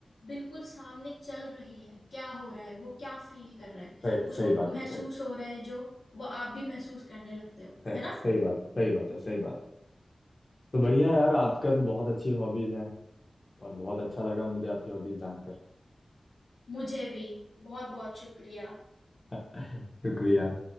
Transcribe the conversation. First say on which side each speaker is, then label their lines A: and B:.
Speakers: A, on the left (about 85°); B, on the left (about 45°).
A: बिल्कुल सामने चल रही है क्या हो रहा है वो क्या फील कर रहा है
B: सही सही
A: उसको
B: बात
A: महसूस
B: है सही
A: हो रहा है जो वो आप भी महसूस करने लगते हो
B: सही
A: है ना
B: सही बात है सही बात है सही बात है तो बढ़िया यार आपका तो बहुत अच्छी हॉबीज हैं और बहुत अच्छा लगा मुझे आपकी हॉबीज जानकर
A: मुझे भी बहुत बहुत शुक्रिया
B: <laughs> शुक्रिया